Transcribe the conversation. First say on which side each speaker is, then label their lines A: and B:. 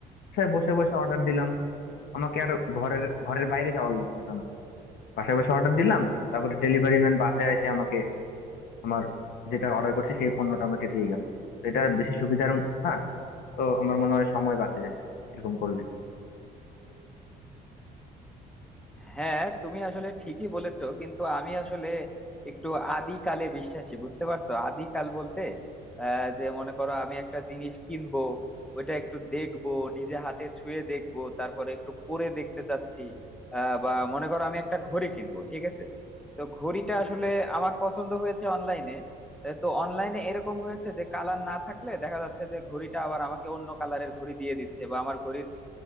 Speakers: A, on the left; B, in the centre.
A: বাসায় বসে বসে অর্ডার দিলাম আমাকে আর ঘরের ঘরের বাইরে যাওয়ার লাগতেছে না বাসায় বসে অর্ডার দিলাম তারপরে ডেলিভারি ম্যান বাসায় এসে আমাকে আমার যেটা অর্ডার করছি সেই পণ্যটা আমাকে দিয়ে গেল তো এটা বেশি সুবিধার না তো আমার মনে হয় সময় বাঁচে যায় এরকম করলে
B: হ্যাঁ তুমি আসলে ঠিকই বলেছো কিন্তু আমি আসলে একটু আদিকালে বিশ্বাসী বুঝতে পারছো আদিকাল বলতে আহ, যে মনে করো আমি একটা জিনিস কিনবো ওইটা একটু দেখবো নিজে হাতে ছুঁয়ে দেখবো তারপরে একটু পরে দেখতে চাচ্ছি আহ, বা মনে করো আমি একটা ঘড়ি কিনবো ঠিক আছে তো ঘড়িটা আসলে আমার পছন্দ হয়েছে অনলাইনে তো অনলাইনে এরকম হয়েছে যে কালার না থাকলে দেখা যাচ্ছে যে ঘড়িটা আবার আমাকে অন্য কালারের ঘড়ি দিয়ে দিচ্ছে বা আমার ঘড়ির